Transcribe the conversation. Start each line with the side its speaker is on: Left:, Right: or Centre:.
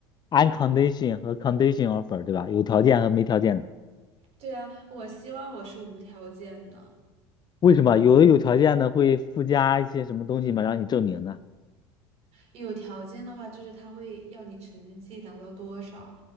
Left: uncondition 和 condition offer，对吧？有条件和没条件的。
Right: 对啊，我希望我是无条件的。
Left: 为什么有的有条件的会附加一些什么东西嘛，让你证明的？
Right: 有条件的话，就是他会要你成绩达到多少，